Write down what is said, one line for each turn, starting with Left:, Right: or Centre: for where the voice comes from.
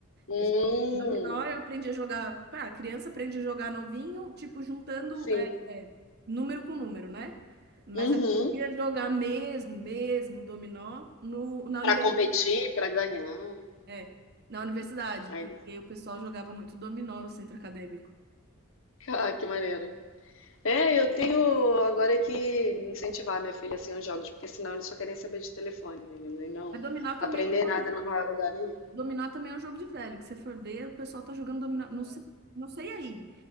Left: hum,
Right: A gente, dominó eu aprendi a jogar. Pra criança aprende a jogar novinho, tipo, juntando
Left: sim,
Right: é, é, número com número, né? Mas
Left: uhum.
Right: aprendi a jogar mesmo, mesmo dominó no, na
Left: Para
Right: universidade.
Left: competir, para ganhar.
Right: É, na universidade,
Left: Aí,
Right: porque o pessoal jogava muito dominó no centro acadêmico.
Left: ah, que maneiro. É, eu tenho agora que incentivar minha filha assim aos jogos, porque senão eles só querem saber de telefone, menina, e não
Right: Mas dominó também
Left: aprender
Right: é um jogo
Left: nada
Right: de,
Left: não vai a lugar nenhum.
Right: dominó também é um jogo de velho, que você for ver, o pessoal tá jogando dominó, não sei, não sei aí.